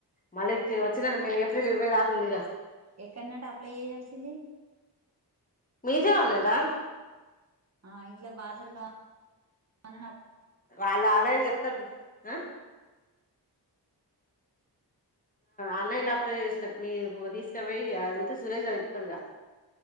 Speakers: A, on the left (about 20°); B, on the right (about 40°).
A: మళ్ళీచ్చ వచ్చిన ఏప్రిల్ ఇరవై దాకా ఉందిగా
B: ఎక్కడన్నట అప్లై చేయల్సింది
A: మీ సేవ ళ్లేనారా
B: అ ఇట్లా బాసర కా అన
A: వాళ్ళు ఆల్రెడీ చెప్పు తారు హ ఆన్లైన్ ల అప్లై చేసుడే మీ తీసుకపోయి అడిగితే సురేష్ గాడు చెప్పాడుగా